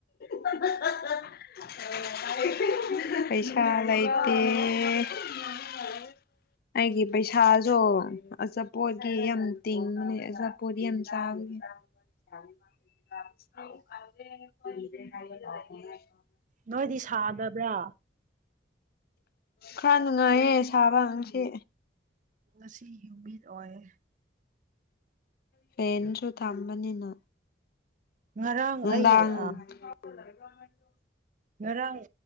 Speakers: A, on the left; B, on the right.
A: <unintelligible> ꯄꯩꯁꯥ ꯂꯩꯇꯦ <unintelligible> ꯑꯩꯒꯤ ꯄꯩꯁꯥꯁꯨ ꯑꯆꯥꯄꯣꯠꯒꯤ ꯌꯥꯝ ꯇꯤꯡꯉꯅꯤ ꯑꯆꯥꯄꯣꯠ ꯌꯥꯝ ꯆꯥꯕꯅꯤ <unintelligible> <unintelligible>
B: ꯅꯣꯏꯗꯤ ꯁꯥꯗꯕ꯭ꯔꯥ
A: ꯈꯔ ꯅꯨꯡꯉꯥꯏꯌꯦ ꯁꯥꯕꯥ ꯉꯁꯤ
B: ꯉꯁꯤ ꯍ꯭ꯌꯨꯃꯤꯠ ꯑꯣꯏ
A: ꯐꯦꯟꯁꯨ ꯊꯝꯕꯅꯤꯅ
B: ꯉꯔꯥꯡ
A: ꯅꯨꯡꯗꯥꯡ
B: ꯑꯩ ꯑ
A: <unintelligible>
B: ꯉꯔꯥꯡ